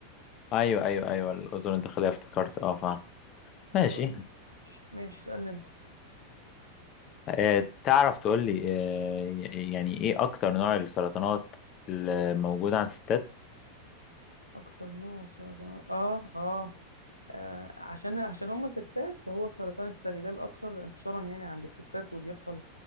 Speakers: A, on the left (about 35°); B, on the right (about 85°).
A: أيوه أيوه أيوه الأذن الداخلية افتكرت أه فعلا ماشي
B: طيب ماشي اسألني انت
A: آه تعرف تقول لي آه يعني إيه أكتر نوع السرطانات اللي موجودة عند الستات؟
B: اكتر نوع سرطان اه اه آه، عشان عشان هم ستات فهو سرطان الثدي ده الأكثر انتشارا يعني عند الستات وبيحصل